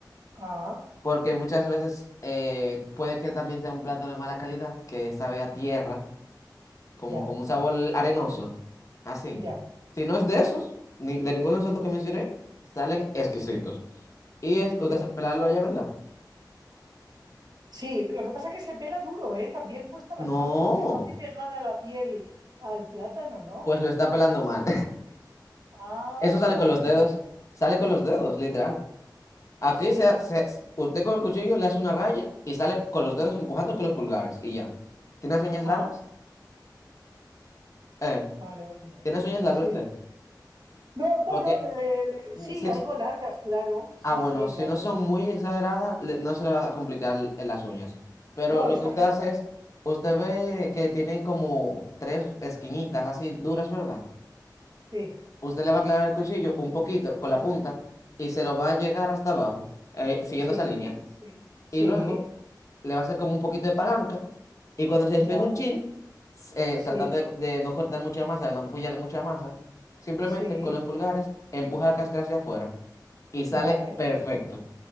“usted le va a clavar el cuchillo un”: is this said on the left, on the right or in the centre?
Left